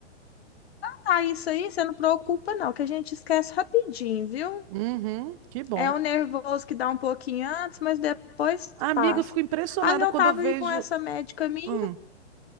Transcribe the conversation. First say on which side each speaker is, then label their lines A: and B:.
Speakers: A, on the left; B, on the right.
A: Tá, isso aí, você não preocupa, não, que a gente esquece rapidinho, viu?
B: Uhum, que bom.
A: É o nervoso que dá um pouquinho antes, mas depois
B: Amiga,
A: passa.
B: eu fico impressionada
A: Aí eu
B: quando
A: tava
B: eu vejo.
A: aí com essa médica minha,
B: Hum.